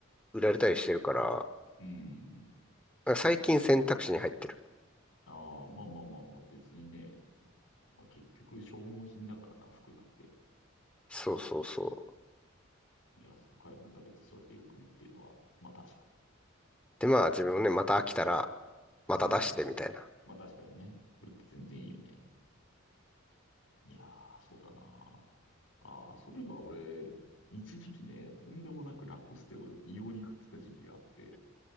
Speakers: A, in the centre; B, on the left (about 85°).
A: 売られたりしてるから、
B: うん。
A: なんか最近選択肢に入ってる。
B: ああ、まあまあまあまあ、別にね。まあ結局消耗品だからな、服なんて。
A: そうそうそう。
B: 安く買えるんだったら別にそれでよくねっていうのは、まあ確か
A: で、まあ自分もね、また飽きたら、また出してみたいな。
B: に。うん。まあ確かにね。それって全然いいよね。いやー、そうだな。ああ、そういえば俺、一時期ね、とんでもなくラコステを異様に買ってた時期があって、